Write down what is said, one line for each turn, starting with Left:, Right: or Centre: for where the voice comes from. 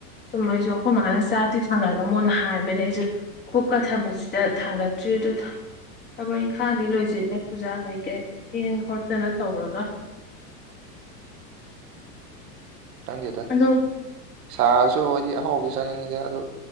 Left: ꯁꯨꯝ ꯑꯩꯁꯨ ꯑꯩꯈꯣꯏ ꯃꯥꯅ ꯆꯥꯛꯇꯤ ꯊꯥꯡꯒꯠꯂꯝꯃꯣꯅ ꯍꯥꯏꯕꯅꯦ ꯑꯩꯁꯨ ꯀꯨꯞꯀ ꯊꯝꯕꯁꯤꯗ ꯊꯥꯡꯒꯠꯇ꯭ꯔꯤ ꯗꯗ ꯊꯕꯛ ꯏꯪꯈꯥꯡꯗꯤ ꯂꯣꯏꯁꯤꯜꯂꯦ ꯄꯨꯖꯥ ꯀꯩ ꯀꯩ ꯍꯦꯟ ꯈꯣꯠꯇꯅ ꯇꯧꯔꯒ <unintelligible>
Right: ꯀꯗꯗ
Left: ꯑꯗꯣ
Right: ꯁꯥꯁꯨꯗꯤ ꯍꯥꯎꯗꯤ ꯆꯥꯅꯤꯡꯉꯤꯗꯦ ꯑꯗꯨ